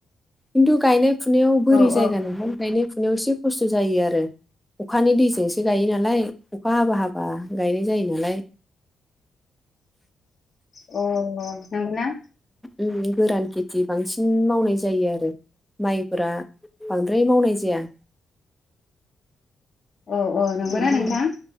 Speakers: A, in the centre; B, on the left (about 50°).
A: खिन्थु गायनाय फुनायाव बोरि
B: औ
A: जायगा
B: औ
A: नालाय गायनाय फुनायाव एसे खस्थ' जायो आरो। अखानि दैजोंसो गायो नालाय अखा हाबा हाबा गायनाय जायो नालाय।
B: अ नंगौना?
A: ओम गोरान खेथि बांसिन मावनाय जायो आरो। माइब्रा बांद्राय मावनाय जाया।
B: औ औ नंगौना
A: मैगं
B: नोंथां!